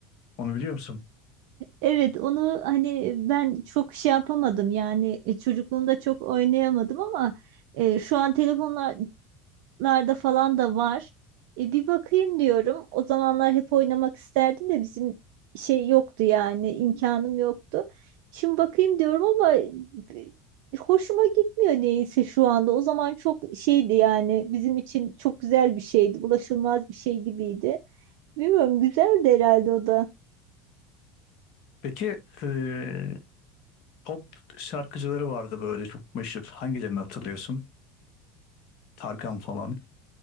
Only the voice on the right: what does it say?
Evet onu hani ben çok şey yapamadım yani e, çocukluğumda çok oynayamadım ama e, şu an telefonlar larda falan da var. E, bir bakayım diyorum. O zamanlar hep oynamak isterdim de bizim şey yoktu yani imkanım yoktu. Şimdi bakayım diyorum ama e, hoşuma gitmiyor neyse şu anda. O zaman çok şeydi yani bizim için çok güzel bir şeydi. Ulaşılmaz bir şey gibiydi. Bilmiyorum güzeldi herhalde o da.